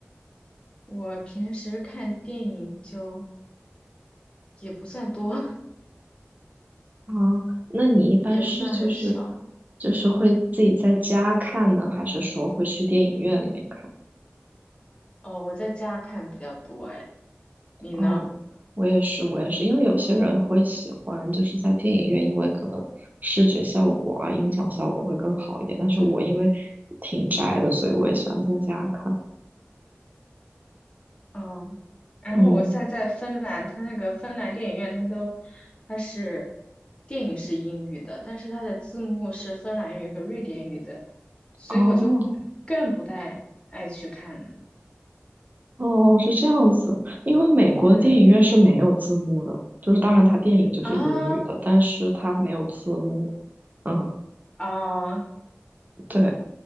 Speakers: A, on the left; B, on the right.
A: 我平时看电影就也不算多，
B: 啊，那你一般是就是
A: <laughs> 也不算很少，
B: 就是会自己在家看呢，
A: 嗯，
B: 还是说会去电影院里面看？
A: 哦，我在家看比较多，哎，你呢？
B: 哦，我也是，我也是，因为有些人会喜欢就是在电影院，因为可能视觉效果啊、音响效果会更好一点。但是我因为
A: 嗯。
B: 挺宅的，所以我也喜欢在家看。
A: 嗯，然后我现在在芬兰，
B: 嗯，
A: 它那个芬兰电影院，它都，它是电影是英语的，但是它的字幕是芬兰语和瑞典语的，所以我就更不太爱去看了。
B: 哦哦，是这样子，因为美国的电影院是没有字幕的，
A: 嗯
B: 就是当然它电影就是英语的，
A: 啊
B: 但是它没有字幕。嗯，
A: 啊
B: 对。